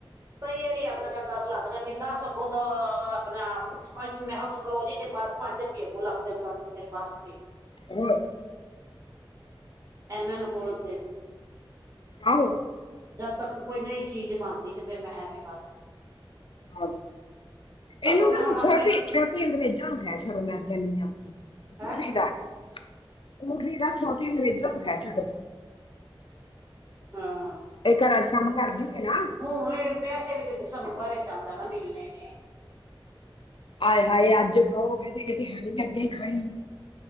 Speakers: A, on the right; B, on the left.
A: ਕਈ ਏਰੀ ਆਪਣਾ ਚ ਦਸ ਲੱਗ ਜਾਣਗੇ ਦਸ ਅੱਗੋਂ ਦ ਆਪਣਾ ਮੈਂ ਉੱਥੇ ਖਲੋ ਜੀ ਤੇ ਬਸ ਪੰਜ ਰੁਪਈਏ ਅੱਗੋ ਲੱਗ ਜਾਣ ਕਰਨਗੇ ਤੇਰੇ ਬੱਸ ਤੇ
B: ਹਣ
A: ਐਮ ਐਨ ਕੋਲਜ ਦੇ
B: ਆਹ
A: ਜਦ ਤੱਕ ਕੋਈ ਨਹੀਂ ਚੀਜ਼ ਬਣਦੀ ਤੇ ਫੇਿਰ ਮੈਂ ਐਵੇਂ ਕਰ ਲੈ
B: ਆਹੋ ਇਹਨੂੰ
A: ਅੱਗੋਂ ਮੈਂ
B: ਨਾ
A: ਹੁਣ ਆਪਣੇ
B: ਛੋਟੀ ਛੋਟੀ ਅੰਗਰੇਜ਼ਾਂ ਨੂੰ ਖਹਿ ਛਡੋ ਮੈਂ ਕਹਿੰਦੀ ਆ ਸਕੂਟਰੀ
A: ਹੈਂ
B: ਦਾ ਸਕੂਟਰੀ ਦਾ ਛੋਟੀ ਅੰਗਰੇਜ਼ਾਂਨੂੰ ਕੈ ਛੱਡੋ
A: ਹਾਂ
B: ਇਹ ਘਰਾਂ ਚ ਕੰਮ ਕਰਦੀ ਹੈ ਨਾ
A: ਹੁਣ ਇਹ ਪੈਸੇ ਵੀ ਤੇ ਦਸੰਬਰ ਚ ਆਂਦਾ ਨਾ ਮਿਲਣੇ ਨੇ
B: ਆਾਏ ਹਾਏ ਅੱਜ ਕਹੋਗੇ ਤੇ ਇਹ ਤੇ ਹੈ ਨੀ ਵੀ ਅੱਗੇ ਹੀ ਖਣੀਏ